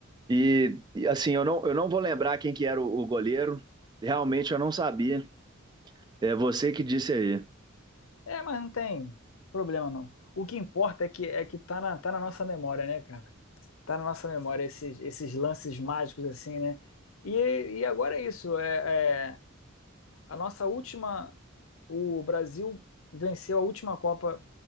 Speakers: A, on the right (about 20°); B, on the left (about 70°).
A: E, e, assim, eu não, eu não vou lembrar quem que era o, o goleiro. Realmente eu não sabia. É você que disse aí.
B: É, mas não tem problema não. O que importa é que, é que tá na, tá na nossa memória, né, cara? Tá na nossa memória esses, esses lances mágicos, assim, né? E, e agora é isso. É, é, A nossa última, o Brasil venceu a última Copa